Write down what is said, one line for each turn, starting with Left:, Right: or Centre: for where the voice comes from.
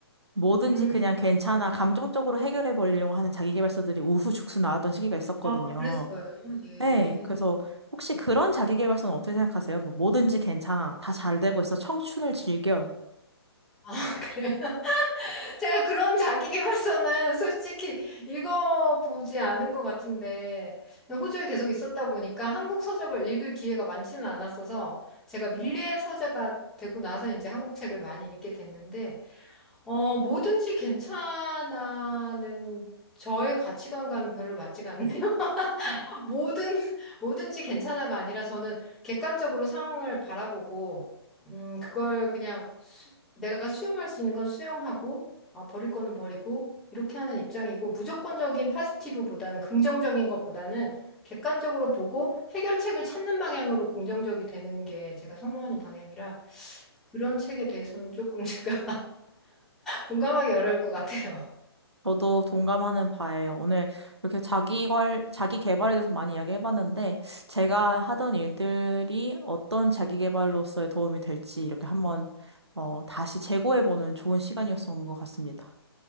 Right: 뭐든지
Centre: 음.
Right: 그냥 괜찮아 감정적으로 해결해 버리려고 하는 자기계발서들이 우후죽순 나왔던 시기가 있었거든요.
Centre: 아, 그- 랬어요 예.
Right: 네, 그래서 혹시 그런 자기계발서는 어떻게 생각하세요? 뭐 뭐든지 괜찮아. 다 잘 되고 있어. 청춘을 즐겨.
Centre: 아, <laughs> 그래요? <laughs> 제가 그런 자기계발서는 솔직히 읽어보지 않은 것 같은데, 호주에 계속 있었다 보니까 한국 서적을 읽을 기회가 많지는 않았어서, 제가 밀리의 서재가 되고 나서 이제 한국 책을 많이 읽게 됐는데, 어, 뭐든지 괜찮아는 저의 가치관과는 별로 맞지가 않네요. <laughs> 뭐든, 뭐든지 괜찮아가 아니라 저는 객관적으로 상황을 바라보고, 음, 그걸 그냥 내가 수용할 수 있는 건 수용하고, 아, 버릴 거는 버리고, 이렇게 하는 입장이고, 무조건적인 파지티브보다는 긍정적인 것보다는 객관적으로 보고 해결책을 찾는 방향으로 긍정적이 되는 게 제가 선호하는 방향이라 그런 책에 대해서는 조금 <laughs> 제가 공감하기 어려울 것 같아요.
Right: 저도 동감하는 바예요. 오늘 이렇게 자기걸, 자기계발에 대해서 많이 이야기해봤는데, 제가 하던 일들이 어떤 자기계발로서의 도움이 될지 이렇게 한번, 어, 다시 재고해보는 좋은 시간이었던 것 같습니다.